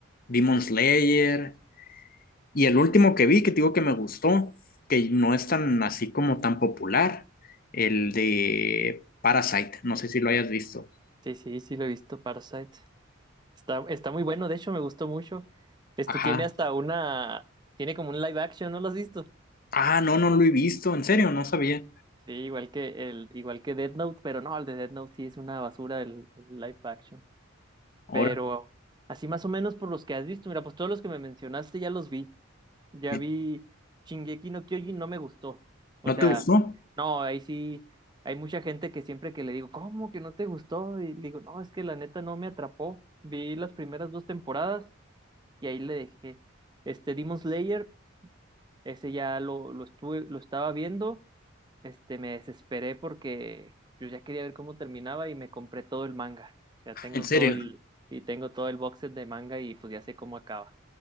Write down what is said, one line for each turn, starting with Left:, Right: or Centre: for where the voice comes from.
Left: Demon Slayer, y el último que vi que te digo que me gustó, que no es tan así como tan popular, el de Parasite, no sé si lo hayas visto.
Right: Sí, sí, sí lo he visto, Parasite. Está, está muy bueno, de hecho, me gustó mucho. Este
Left: Ajá.
Right: tiene hasta una, tiene como un live action, ¿no lo has visto?
Left: Ah, no, no lo he visto, en serio, no sabía.
Right: Sí, igual que el, igual que Death Note, pero no, el de Death Note sí es una basura el, el live action.
Left: Ahora,
Right: Pero así más o menos por los que has visto, mira, pues todos los que me mencionaste ya los vi. Ya
Left: eh,
Right: vi Shingeki no Kyojin, no me gustó. O
Left: ¿no
Right: sea,
Left: te gustó?
Right: no, ahí sí hay mucha gente que siempre que le digo, ¿cómo que no te gustó? Y le digo, no, es que la neta no me atrapó. Vi las primeras dos temporadas y ahí le dejé. Este Demon Slayer, ese ya lo, lo estuve, lo estaba viendo este, me desesperé porque yo ya quería ver cómo terminaba y me compré todo el manga. O sea, tengo
Left: En serio,
Right: todo el, y tengo todo el box set de manga y pues ya sé cómo acaba.